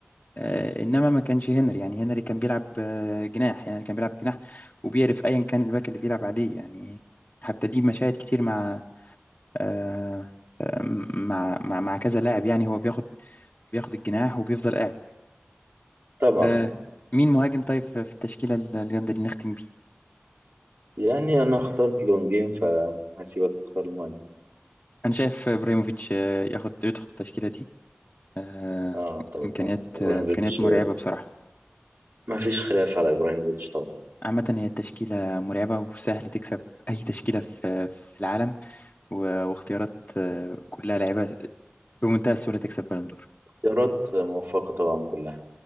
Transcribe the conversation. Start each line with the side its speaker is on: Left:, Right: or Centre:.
Left: آه انما ما كانش هنري يعني هنري كان بيلعب آه جناح يعني كان بيلعب جناح وبيعرف ايا كان الباك اللي بيلعب عليه يعني حتى دي مشاهد كتير مع آه آه، مع مع مع كذا لاعب يعني هو بياخد بياخد الجناح وبيفضل قاعد
Right: طبعا
Left: آه مين مهاجم طيب في في التشكيلة ال- الجامدة دي نختم بيه
Right: يعني انا اخترت لونجين فهسيبك تختار الماي
Left: أنا شايف إبراهيموفيتش آه، ياخد يدخل التشكيلة دي آه
Right: اه طبعا
Left: إمكانيات
Right: ابراهيموفيتش
Left: آه إمكانيات مرعبة بصراحة
Right: ما فيش خلاف على ابراهيموفيتش طبعا
Left: عامة هي التشكيلة مرعبة وسهل تكسب أي تشكيلة في في العالم و- واختيارات آه، كلها لعيبة بمنتهى السهولة تكسب بالون دور
Right: اختيارات موفقة طبعا كلها